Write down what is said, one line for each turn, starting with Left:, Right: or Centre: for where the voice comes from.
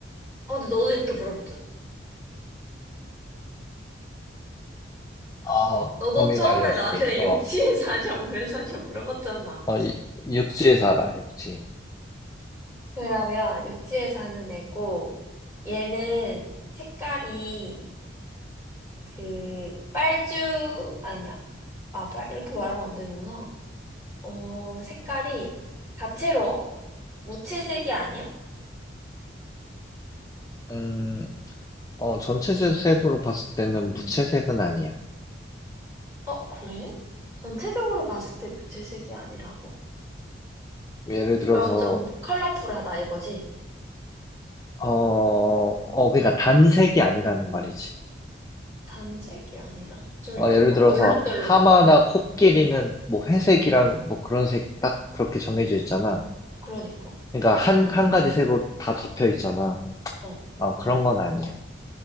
Right: 어, 근데 너도 이렇게 물어봤잖아.
Left: 아,
Right: 너도
Left: 범위가
Right: 처음에
Left: 알려줄게.
Right: 나한테
Left: 어,
Right: <laughs> 육지에 사냐, 물에 사냐 물어봤잖아.
Left: 어, 이- 육지에 살아, 육지.
Right: 그러면 육지에 사는 애고, 얘는 색깔이 그 빨주 아니야. 아, 빨 이렇게 말하면 안 되는구나. 어, 색깔이 다채로워? 무채색이 아니야?
Left: 음, 어, 전체 색으로 봤을 때는 무채색은 아니야.
Right: 어, 그래? 전체적으로 봤을 때 무채색이 아니라고?
Left: 예를 들어서,
Right: 그럼 좀 컬러풀하다 이거지?
Left: 어, 어, 그러니까 단색이 아니라는 말이지.
Right: 단색이 아니다. 좀,
Left: 어, 예를
Right: 어,
Left: 들어서
Right: 얼룩덜룩하다고?
Left: 하마나 코끼리는 뭐 회색이랑 뭐 그런 색 딱 그렇게 정해져 있잖아.
Right: 그러니까.
Left: 그러니까 한, 한 가지 색으로 다 덮여 있잖아.
Right: 어.
Left: 어, 그런 건 아니야.